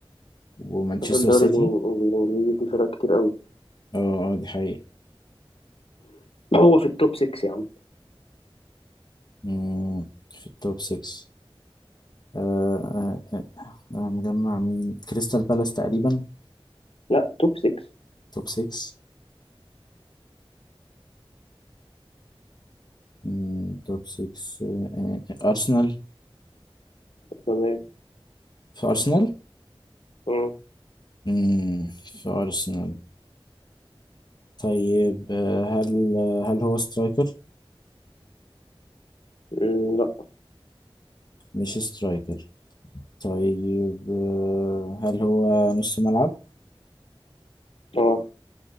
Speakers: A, on the left; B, on the left.
A: ومانشستر
B: في الدوري
A: سيتي
B: الإن- الانجليزي في فرق كتير قوي
A: اه اه دي حقيقة
B: هو في التوب 6 يا عم
A: مم، في التوب 6 آه، آه، آه، مجمع مين كريستال بالاس تقريبا
B: لا توب 6
A: توب 6 مم، توب 6 آه، آه، أرسنال
B: تمام
A: في أرسنال
B: اه
A: مم، في أرسنال طيب آه، هل آه، هل هو سترايكر
B: أمم، لا
A: مش سترايكر طيب آه، هل هو نص ملعب
B: اه